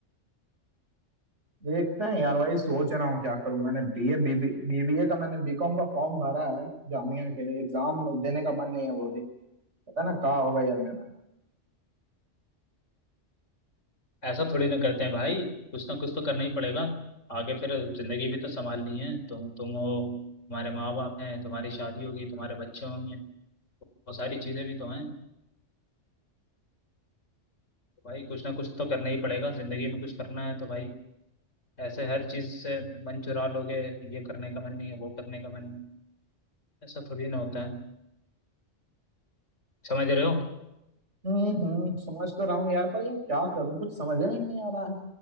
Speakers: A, on the right; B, on the left.
A: देखते हैं यार भाई सोच रहा हूँ क्या करूँ मैंने बीए बीबी बीबीए का मैंने बीकॉम का फॉर्म भरा है जामिया के लिए एग्जाम देने का मन नहीं है वो भी पता ना कहाँ होगा यार मेरा
B: ऐसा थोड़ी ना करते हैं भाई कुछ ना कुछ तो करना ही पड़ेगा आगे फिर जिंदगी भी तो संभालनी है तुम तुम हो तुम्हारे माँ बाप हैं तुम्हारी शादी होगी तुम्हारे बच्चे होंगे तो वो सारी चीज़ें भी तो हैं भाई कुछ ना कुछ तो करना ही पड़ेगा जिंदगी में कुछ करना है तो भाई ऐसे हर चीज से मन चुरा लोगे ये करने का मन नहीं है वो करने का मन नहीं है। ऐसा थोड़ी ना होता है समझ रहे हो
A: हम्म हम्म समझ तो रहा हूँ यार पर यार क्या करूँ कुछ समझ में नहीं आ रहा है